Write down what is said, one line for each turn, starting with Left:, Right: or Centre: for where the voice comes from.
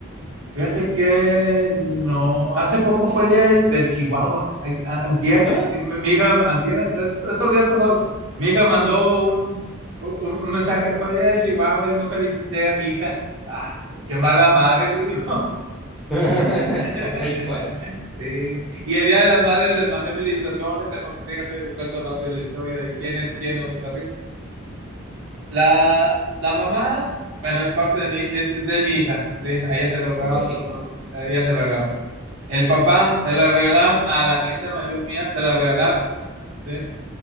Right: Fíjate que no, hace poco fue el día del, del Chihuahua, ay, a- antier,
Centre: ¿Ah?
Right: y mi mi hija, antier, es- estos días pasados, mi hija mandó un, un- un mensaje, fue el día del Chihuahua y no felicité a mi hija. Ah, pues qué mala madre, le digo.
Centre: <laughs> Tal
Right: <laughs>
Centre: cual.
Right: Sí, y el día de las madres les mandé felicitaciones, eh, porque fíjate, cuento rápido la historia de quién es quién los perritos. La, la mamá, bueno, es parte de mi, es, es de mi hija, sí, a ella se lo regalaron
Centre: Ok.
Right: cuando, a ella se lo regalaron. El papá se la regalaron a la nieta mayor mía, se la regalaron, ¿sí?